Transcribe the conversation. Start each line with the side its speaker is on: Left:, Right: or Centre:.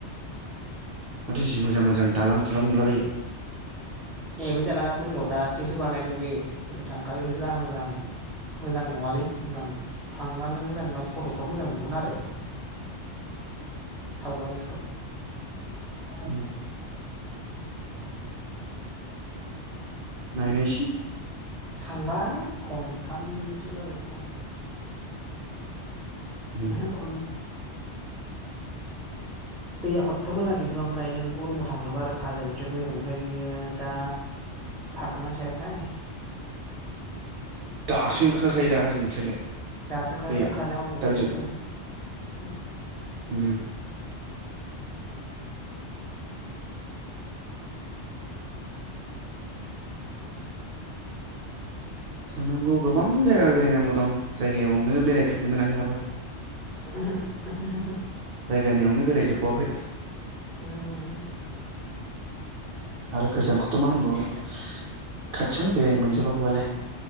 Right: माथो जि मोजां मोजां दालां दुलां नुलाबायो।
Centre: ए बै दालाङा दङ' दाख्लिसो बानायदों बे जों थांखालिसो जाहां जाहांमोन। मोजां नङालै मोजां थांबा नों मोजां नुवा फट'फ्राव मोजां नुगोन आरो
Right: औ।
Centre: सावगारिफ्राव।
Right: <inaudible> नायनायसै।
Centre: थांबाय खनथामसो जाबाय खोमा।
Right: उम
Centre: ओहो ख'नै। दैया कत' मोजां खिन्थु ओमफ्राय नों गरम थांनोबा आरो हाजोनिफ्राय बोहैबानो ओमफ्राय बियो दा थागोन ना थायाथाय।
Right: दासो ओंखारखायो दा हाजोनिफ्रायलाय।
Centre: दासो ओंखारो
Right: दैया
Centre: ओंखारनाया अबासे
Right: दा
Centre: आरो ओं।
Right: ओम।
Centre: <inaudible>
Right: थांनांगौ गोबां जायगा बेरायनांगौ दं जायगायावनो बेरायफेरनो मोनाखै दाबो।
Centre: <inaudible>
Right: जायगानियावनो बेराय जोबबावाखै।
Centre: उम
Right: आरो गोजानखौथ' मा होनबावनो खाथियावनो बेरायनो मोनजोबाखैबालाय।